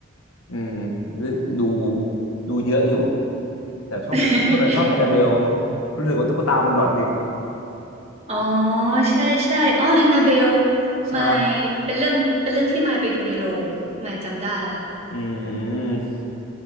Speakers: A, on the left; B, on the right.
A: อืมดูดูเยอะอยู่แต่ชอบชอบนั้นชอบแอนนาเบลมั้ง
B: <laughs>
A: รู้สึกว่าตุ๊กตามันหลอนจริง
B: อ๋อใช่ใช่อ๋อแอนนาเบล
A: ใช่
B: มายเป็นเรื่องเป็นเรื่องที่มายไปดูในโรงมายจำได้ละ
A: อืม